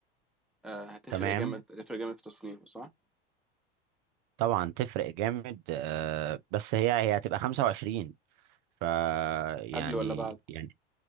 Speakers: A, in the centre; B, on the right.
A: آه، هتفرق
B: تمام
A: جامد هتفرق جامد في تصنيفه صح
B: طبعا تفرق جامد آه، بس هي هي هتبقى 25 ف يعني
A: قبل ولا بعد
B: يعني